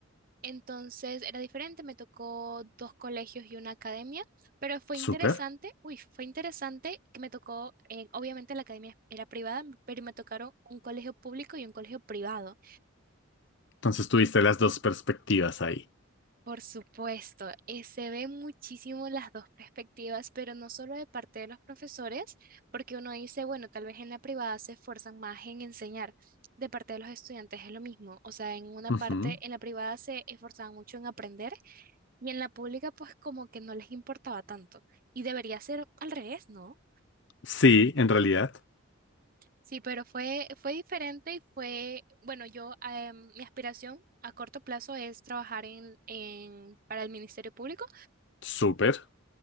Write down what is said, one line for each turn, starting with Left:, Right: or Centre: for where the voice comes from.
Right: Entonces era diferente, me tocó dos colegios y una academia, pero fue
Left: súper.
Right: interesante, uy, fue interesante que me tocó, eh, obviamente la academia era privada, pero me tocaron un colegio público y un colegio privado.
Left: Entonces tuviste las dos perspectivas ahí.
Right: Por supuesto, eh, se ven muchísimo las dos perspectivas, pero no solo de parte de los profesores, porque uno dice, bueno, tal vez en la privada se esfuerzan más en enseñar. De parte de los estudiantes es lo mismo, o sea, en una
Left: Ujú.
Right: parte, en la privada se esforzaban mucho en aprender y en la pública pues como que no les importaba tanto. Y debería ser al revés, ¿no?
Left: Sí, en realidad,
Right: Sí, pero fue, fue diferente y fue, bueno, yo, em, mi aspiración a corto plazo es trabajar en, en, para el Ministerio Público.
Left: súper.